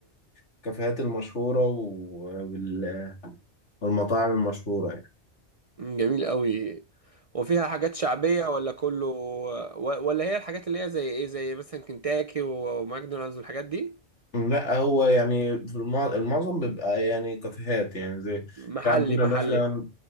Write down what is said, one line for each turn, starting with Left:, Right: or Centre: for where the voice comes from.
Left: الكافيهات المشهورة وال- والمطاعم المشهورة يعني
Right: مم، جميل قوي وفيها حاجات شعبية ولا كله و- ولا هي الحاجات اللي هي زي ايه زي مثلا كنتاكي وماكدونالدز والحاجات دي
Left: لا هو يعني في المع- المعظم بيبقى يعني كافيهات يعني زي
Right: محلي
Left: في عندنا
Right: محلي
Left: مثلا